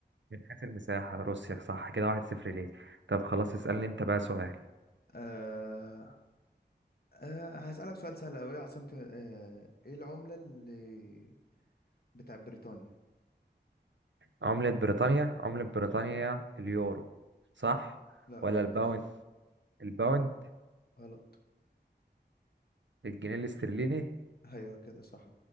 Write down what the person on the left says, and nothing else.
أه أه هسألك سؤال سهل أوي عاصمة أه إيه العملة اللي بتاع بريطانيا
لا
غلط
غلط
ايوه كده صح